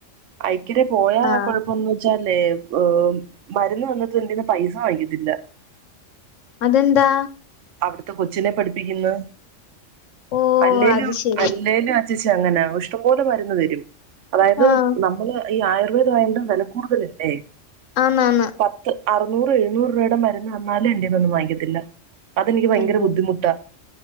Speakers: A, on the right (about 75°); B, on the left (about 80°).
A: ഐക്കരെ പോയാ
B: ആഹ്
A: കൊഴപ്പംന്ന് വെച്ചാലേ ഏ മരുന്ന് തന്നിട്ടും ൻ്റന്ന് പൈസ വാങ്ങിക്കത്തില്ല
B: അതെന്താ
A: അവിടുത്തെ കൊച്ചിനെ പഠിപ്പിക്കുന്നു
B: ഓ
A: അല്ലേലും
B: അത് ശരി
A: അല്ലേലും ചേച്ചി അങ്ങനാ ഇഷ്ടം പോലെ മരുന്ന് തരും അതായത്
B: ആഹ്
A: നമ്മള് ഈ ആയുർവേദം ആയൊണ്ട് വില കൂടുതലല്ലേ
B: ആന്ന് ആന്ന്
A: പത്ത് അറുന്നൂറ് എഴുുന്നൂറ് രൂപയുടെ മരുന്ന് വന്നാലും എന്ററെന്നൊന്നും വാങ്ങിയത്തില്ല അതെനിക്ക് ഭയങ്കര
B: അയ്യോ
A: ബുദ്ധിമുട്ടാ